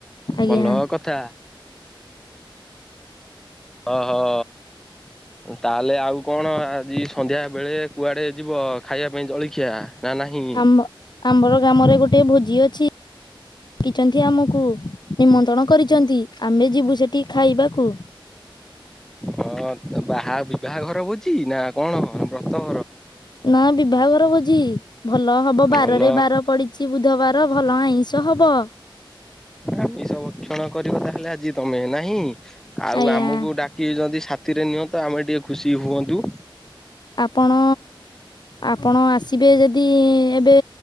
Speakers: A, on the left (about 55°); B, in the centre.
A: ଆଜ୍ଞା
B: ଭଲ କଥା। ଓହୋ ତାହେଲେ ଆଉ କଣ ଆଜି ସନ୍ଧ୍ୟା ବେଳେ କୁଆଡେ ଯିବ ଖାଇବା ପାଇଁ ଜଳଖିଆ। ନା ନାହିଁ?
A: ଆ ଆମର ଗ୍ରାମରେ ଗୋଟେ ଭୋଜି ଅଛି କିଛନ୍ତି ଆମକୁ। କୁ ନିମନ୍ତ୍ରଣ କରିଛନ୍ତି ଆମେ ଯିବୁ ସେଠି ଖାଇବାକୁ।
B: ହଁ ବାହା ବିବାହ ଘର ହଉଛି ନା କଣ ବ୍ରତ।
A: ନା ବିବାହଘର ଭୋଜି ଭଲ ହବ ବାରରେ
B: ଭଲ
A: ବାର ପଡିଛି ବୁଧବାର ଭଲ ଆଇଁଷ ହବ
B: ଆମେ ସବୁ କ୍ଷଣ କରିବ ତାହେଲେ ଆଜି ତମେ ନାହିଁ ଆଉ
A: ଆଜ୍ଞା।
B: ଆମକୁ ଡାକି ଯଦି। ସ୍ଥିରେ ନିଅନ୍ତ ଆମେ ଟିକିେ ଖୁସି ହୁଅନ୍ତୁ।
A: ଆପଣ ଆପଣ ଆସିବେ ଯଦି ଏବେ